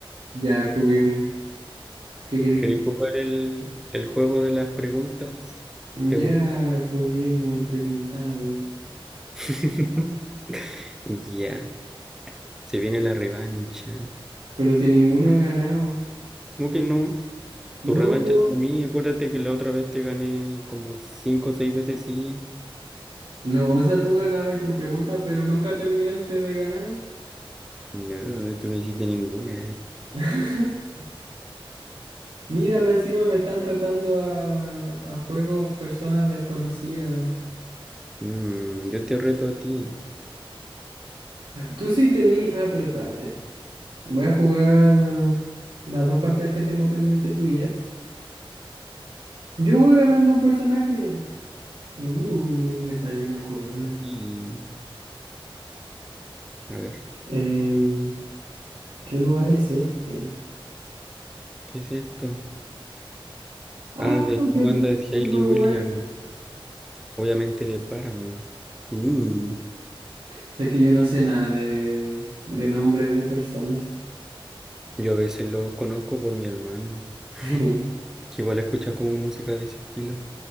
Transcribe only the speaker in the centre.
¿Querés jugar el, el juego de las preguntas? Preguntas.
<laughs> Ya. Se viene la revancha.
¿Cómo que no? Tu revancha
es a mí. Acuérdate que la otra vez te gané como cinco o seis veces seguidas.
No, tú no hiciste ninguna.
Mm, yo te reto a ti.
Y, a ver,
¿qué es esto?
Ah, ¿de qué
banda
es Hayley
Williams?
Obviamente de Paramore. Uh,
yo a veces los conozco por mi hermano, <laughs>
que igual escucha como música de ese estilo.